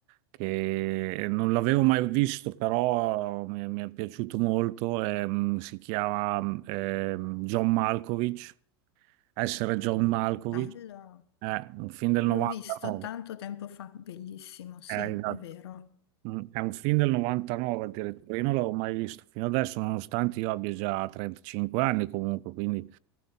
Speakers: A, on the right (about 50°); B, on the left (about 75°).
A: che non l'avevo mai visto, però mi, mi è piaciuto molto. ehm, si chiama ehm, John Malkovich, Essere John Malkovich,
B: Bello.
A: è un film del
B: L'ho
A: 99.
B: visto tanto tempo fa, bellissimo, sì,
A: Eh, esatto.
B: è vero.
A: Mm, È un film del 99 addirittura, io non l'avevo mai visto fino adesso, nonostante io abbia già 35 anni comunque, quindi